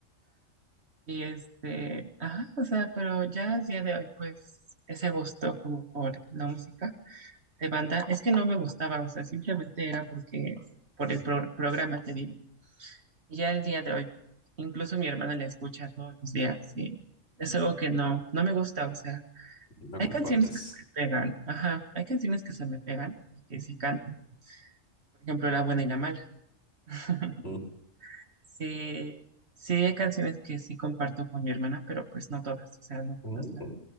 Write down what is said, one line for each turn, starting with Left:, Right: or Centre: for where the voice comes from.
Right: Y este, ajá, o sea, pero ya al día de hoy, pues, ese gusto como por la música de banda, es que no me gustaba, o sea, simplemente era porque, por el pro- programa, te digo. Y ya el día de hoy, incluso mi hermana la escucha todos los días y es algo que no, no me gusta, o sea,
Left: No
Right: hay canciones
Left: compartes.
Right: que se me pegan, ajá, hay canciones que se me pegan y que sí canto, por ejemplo, La buena y la mala. <laughs>
Left: Mm,
Right: Sí, sí hay canciones que sí comparto con mi hermana, pero pues no todas, o sea, no
Left: mm.
Right: todas las.
Left: mm.